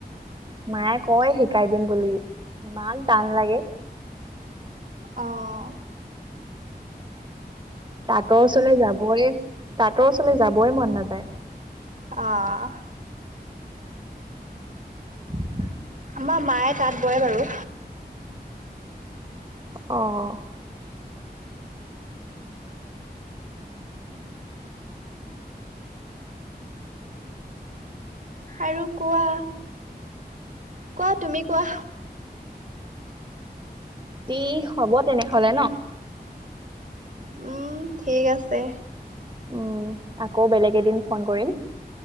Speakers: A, on the right (about 25°); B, on the right (about 50°).
A: মায়ে কয় শিকাই দিম বুলি ইমান টান লাগে।
B: আহ
A: তাঁতৰ ওচৰলৈ যাবই তাঁতৰ ওচৰলৈ যাবই মন নাযায়।
B: আহ
A: <unintelligible>
B: আমাৰ মায়ে তাত বয় বাৰু
A: আহঁ
B: আৰু কোৱা কোৱা তুমি কোৱা।
A: আজি হব তেনেহলে ন।
B: উম ঠিক আছে।
A: উম আকৌ বেলেগ এদিন ফোন কৰিম।